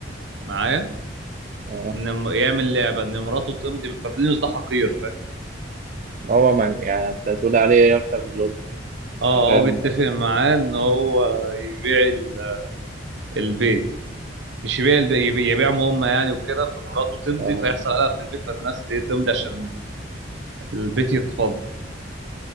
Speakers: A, on the right; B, on the right.
A: معايا
B: اه
A: ان م- يعمل لعبه ان مراته تمضي بافلينيوس ده حقير فاهم
B: هو من يعني انت هتقول عليه ايه اكتر من لول
A: اه
B: فاهم
A: هو بيتفق معاه ان هو يبيع ال- البيت مش يبيع الب- يبي- يبيعهم هم يعني وكده فمراته تمضي
B: اه
A: فيحصل قلق في البيت فالناس ت- تمضي عشان البيت يتفض